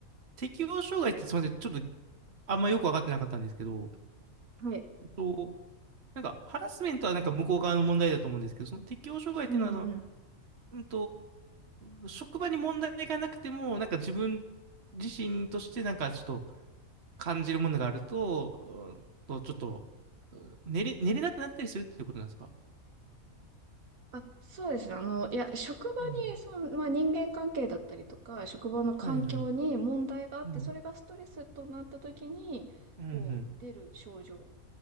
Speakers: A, on the right; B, on the right.
A: 適応障害ってすみません、ちょっとあんまよく分かってなかったんですけど、
B: う。はい。
A: えっと、なんかハラスメントはなんか向こう側の問題だと思うんですけど、その適応障害っていうのはその、
B: うんうん
A: うんと、職場に問題がなくても、なんか自分自身としてなんかちょっと感じるものがあると、うんとちょっとうん寝れ、寝れなくなったりするっていうことなんですか
B: あ、そうですね。あの、いや、職場に、
A: うん。
B: その、まあ、人間関係だったりとか、職場の環境に問題があって、
A: はいはい。うん。
B: それがストレスとなった時に、
A: うんうん。
B: こう、出る症状。